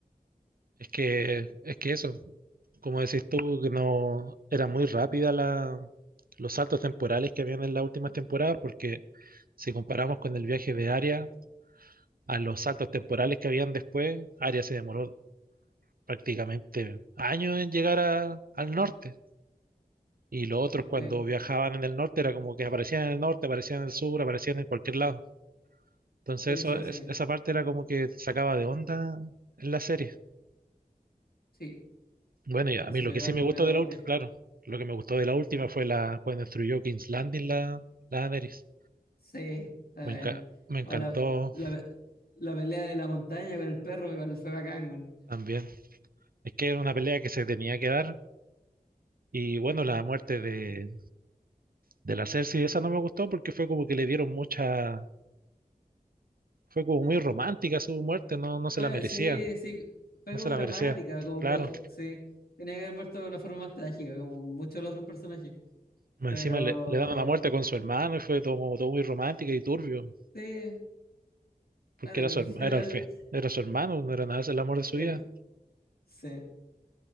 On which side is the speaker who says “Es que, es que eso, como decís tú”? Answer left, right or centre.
Right